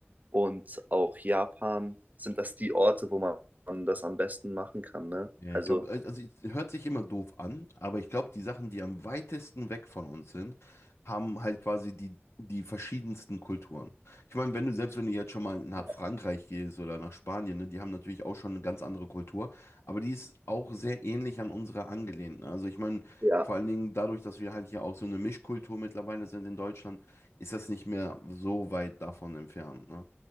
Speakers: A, on the right; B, on the left.
A: und auch Japan sind das die Orte, wo man das am besten machen kann, ne?
B: Ja,
A: Also,
B: ich glaube, also es hört sich immer doof an, aber ich glaube, die Sachen, die am weitesten weg von uns sind, haben halt quasi die, die verschiedensten Kulturen. Ich meine, wenn du selbst, wenn du jetzt schon mal nach
A: ja.
B: Frankreich gehst oder nach Spanien, ne, die haben natürlich auch schon eine ganz andere Kultur, aber die ist auch sehr ähnlich an unsere angelehnt. ne? Also ich meine,
A: Ja.
B: vor allen Dingen dadurch, dass wir halt hier auch so eine Mischkultur mittlerweile sind in Deutschland, ist das nicht mehr so weit davon entfernt, ne?